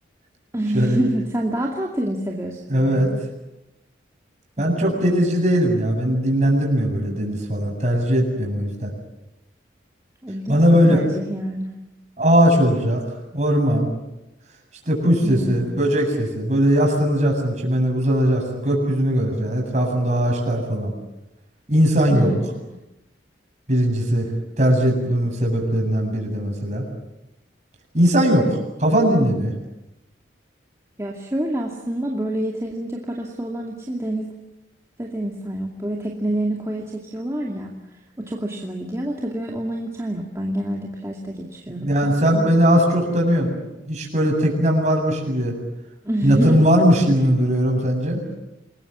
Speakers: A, on the right; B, on the right.
A: <laughs>
B: <laughs>
A: Şöyle
B: Sen dağ tatili mi seviyorsun
A: evet
B: yani?
A: Ben
B: Hmm,
A: çok denizci değilim ya. Beni dinlendirmiyor böyle deniz falan. Tercih etmiyorum o yüzden.
B: ilginç
A: Bana böyle
B: bir tercih yani.
A: ağaç olacak, orman, işte kuş sesi,
B: Hmm,
A: böcek sesi. Böyle yaslanacaksın, çimene uzanacaksın, gökyüzünü göreceksin. Etrafında ağaçlar falan. İnsan yok.
B: hmm.
A: Birincisi tercih etmemin sebeplerinden biri de mesela. İnsan yok. Kafan dinleniyor.
B: Ya şöyle aslında böyle yeterince parası olan için denizde de insan yok. Böyle teknelerini koya çekiyorlar ya. O çok hoşuma gidiyor ama tabii ona imkan yok. Ben genelde plajda geçiriyorum
A: Yani
B: tatilimi.
A: sen beni az çok tanıyorsun. Hiç böyle teknem varmış gibi,
B: <laughs>
A: yatım varmış gibi mi duruyorum sence?